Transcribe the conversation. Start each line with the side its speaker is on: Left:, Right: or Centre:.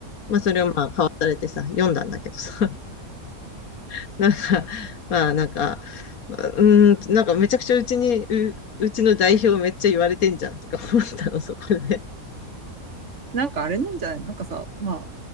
Left: まあ、それをまあ、買わされてさ、読んだんだけどさ。<laughs> なんか、まあなんか、うーん、なんかめちゃくちゃうちに、う、うちの代表めっちゃ言われてんじゃんとか思ったの、そこで。
Right: なんかあれなんじゃないなんかさ、ま